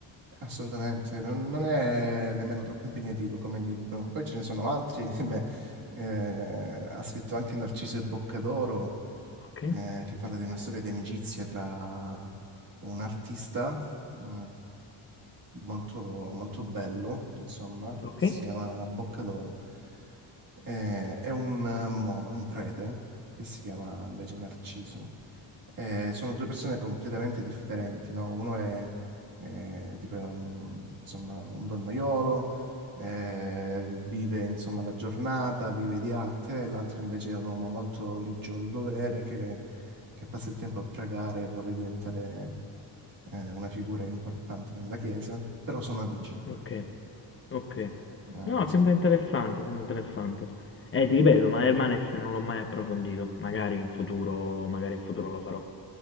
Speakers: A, on the right (about 40°); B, on the left (about 25°).
A: Assolutamente, non, non è nemmeno troppo impegnativo come libro. Poi ce ne sono altri, <laughs> beh, eh, ha scritto anche Narciso e Boccadoro,
B: Ok,
A: eh, che parla di una storia di amicizia tra un artista, eh, molto, molto bello, insomma,
B: ok,
A: che si chiama Boccadoro, eh, e un mono, un prete, che si chiama invece Narciso. Eh, sono due persone completamente differenti, no? Uno è eh, tipo un- insomma un donnaiolo, eh, vive insomma la giornata, vive di arte, e l'altro invece è un uomo molto ligio al dovere che, che passa il tempo a pregare e vuole diventare eh, una figura importante nella chiesa, però sono amici.
B: ok. Okay.
A: Eh,
B: No,
A: sì.
B: sembra interessante, sembra interessante. Eh,
A: Mm,
B: ti
A: mm.
B: ripeto, ma Hermanes non l'ho mai approfondito. Magari in futuro, magari in futuro lo farò.